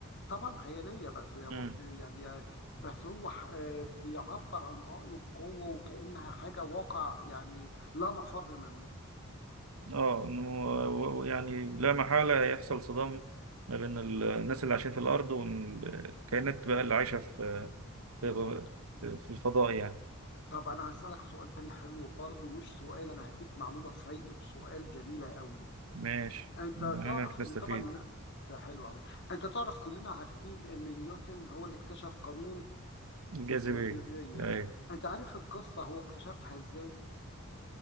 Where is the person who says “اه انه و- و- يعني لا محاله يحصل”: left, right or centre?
Right